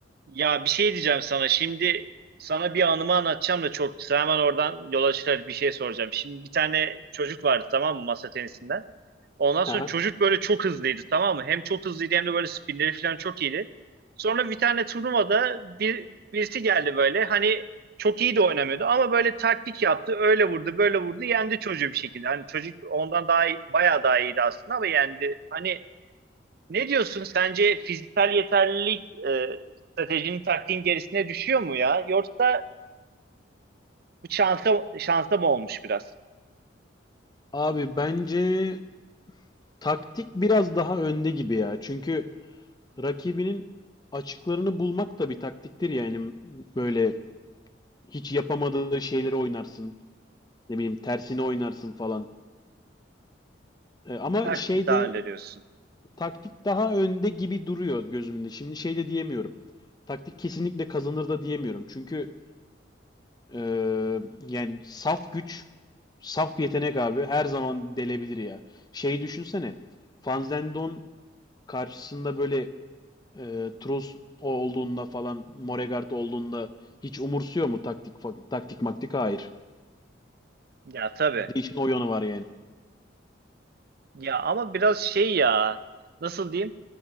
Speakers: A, on the right; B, on the left.
A: Ya bir şey diyeceğim sana. Şimdi sana bir anımı anlatacağım da çok kısa. Hemen oradan yola çıkarak bir şey soracağım. Şimdi bir tane çocuk vardı tamam mı masa tenisinden. Ondan sonra
B: Aha.
A: çocuk böyle çok hızlıydı tamam mı? Hem çok hızlıydı hem de böyle spinleri falan çok iyiydi. Sonra bir tane turnuvada bir, birisi geldi böyle. Hani çok iyi de oynamıyordu ama böyle taktik yaptı. Öyle vurdu, böyle vurdu. Yendi çocuğu bir şekilde. Hani çocuk ondan daha iyi, bayağı daha iyiydi aslında ama yendi. Hani ne diyorsun? Sence fiziksel yeterlilik e, stratejinin taktiğin gerisine düşüyor mu ya? Yoksa bu şansa, şansa mı olmuş biraz?
B: Abi bence taktik biraz daha önde gibi ya. Çünkü rakibinin açıklarını bulmak da bir taktiktir yani. Böyle hiç yapamadığı şeyleri oynarsın. Ne bileyim tersini oynarsın falan. E, ama
A: Taktik
B: şeyde
A: daha önde diyorsun.
B: taktik daha önde gibi duruyor gözümde. Şimdi şey de diyemiyorum. Taktik kesinlikle kazanır da diyemiyorum. Çünkü e, yani saf güç, saf yetenek abi her zaman delebilir ya. Şeyi düşünsene. Van Zendon karşısında böyle e, Trus olduğunda falan Moregard olduğunda hiç umursuyor mu taktik taktik maktik? Hayır.
A: Ya tabii.
B: Bir de işin o yanı var yani.
A: Ya ama biraz şey ya nasıl diyeyim?